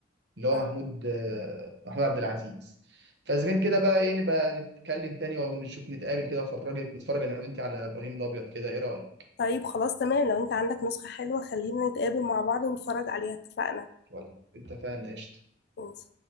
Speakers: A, on the right; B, on the left.
A: اللي هو
B: آه.
A: محمود آه، محمود عبد العزيز فاذا كان كده بقى ايه نبقى نتكلم تاني او نشوف نتقابل كده وافرجك نتفرج انا وانت على ابراهيم الابيض كده ايه رايك
B: طيب خلاص تمام لو أنت عندك نسخة حلوة خلينا نتقابل مع بعض ونتفرج عليها اتفقنا
A: ولا اتفقنا قشطه
B: ماشي.